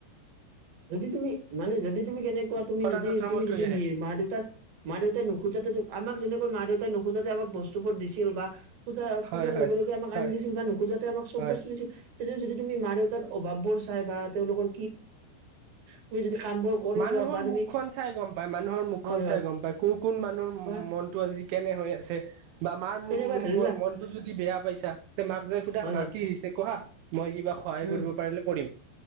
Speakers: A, on the right; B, on the right.
A: যদি তুমি মানে যদি তুমি কেনেকে কোৱা তুমি
B: অনাথ
A: যদি
B: আশ্ৰমত
A: তুমি যদি
B: থৈ আহে
A: নি মা দেউতাক। মা -দেউতাই নোখোজাতে আমাক যেনেকৈ মা দেউতাই নোখোজাতে আমাক বস্তুবোৰ দিছিল বা। খোজা খোজাৰ
B: হয় হয়
A: লগে লগে আমাক
B: হয়
A: আনি দিছিল বা নোখোজাতে আমাক চব
B: হয়
A: বস্তু দিছিল। তে যদি তুমি মা দেউতাৰ তাৰ অভাৱ বোৰ চাই বা তেওঁলোকৰ তুমি যদি কাম বোৰ কৰি
B: মানুহৰ
A: যোৱা বা তুমি
B: মুখখন চাই গম পায়, মানুহৰ মুখখন
A: হয় হয়
B: চাই গম পায়। কোন কোন মানুহৰ
A: বা
B: মনটো আজি কেনে হৈ আছে বা মাৰ
A: তেনেকুৱা ধৰি লোৱা
B: মনটো যদি বেয়া পাইছা। তে মাক যাই সুধা
A: হয় হয়
B: মাক কি হৈছে কোৱা মই কিবা সহায়
A: উম
B: কৰিব পাৰিলে কৰিম।